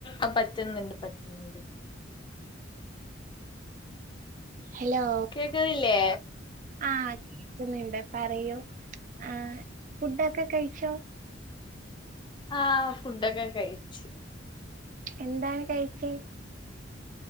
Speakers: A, on the left; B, on the right.
A: ആ പറ്റുന്നുണ്ട് പറ്റുന്നുണ്ട്
B: ഹലോ
A: കേക്കുന്നില്ലേ
B: ആഹ് കേൾക്കുന്നുണ്ട് പറയൂ ആഹ് ഫുഡൊക്കെ കഴിച്ചോ
A: ആഹ് ഫുഡൊക്കെ കഴിച്ചു
B: എന്താണ് കഴിച്ചെ